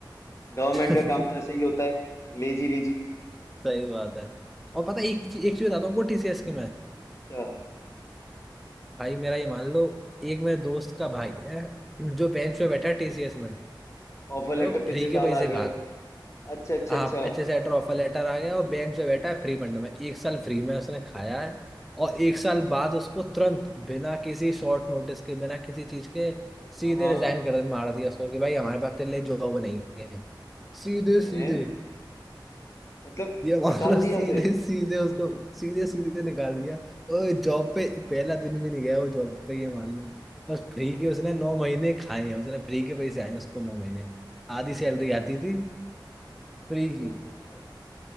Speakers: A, on the left (about 35°); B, in the centre.
A: गवर्नमेंट
B: <laughs>
A: का काम तो ऐसा ही होता है Lazy lazy
B: सही बात है और पता है एक एक चीज बताता हूँ टीसीएस की मैं
A: क्या
B: भाई मेरा ये मान लो एक मेरे दोस्त का भाई है जो बेंच पे बैठा है टीसीएस में भाई
A: ऑफर लेटर
B: वो
A: पिछले
B: फ्री
A: साल
B: के पैसे
A: आ गया
B: खा
A: हो। अच्छा अच्छा
B: आप
A: अच्छा
B: अच्छे से लेटर ऑफर लेटर आ गया और बेंच पे बैठा है फ्री फंड में एक साल फ्री में उसने खाया है और एक साल बाद उसको तुरंत बिना किसी शॉर्ट नोटिस के बिना किसी चीज के सीधे
A: हाँ हाँ
B: रिजाइन कर मार दिया उसको कि भाई हमारे पास तेरे लिए जॉब नहीं है सीधे
A: है
B: सीधे
A: मतलब
B: ये मामला
A: निकाल दिया
B: सीधे
A: उसे
B: सीधे उसको सीधे सीधे निकाल दिया और जॉब पे पहला दिन भी नहीं गया वो जॉब पे ये मान लो बस फ्री के उसने नौ महीने खाए हैं उसने फ्री के पैसे आए हैं उसको नौ महीने आधी सैलरी
A: अरे
B: आती थी फ्री
A: अच्छा
B: की
A: अच्छा अच्छा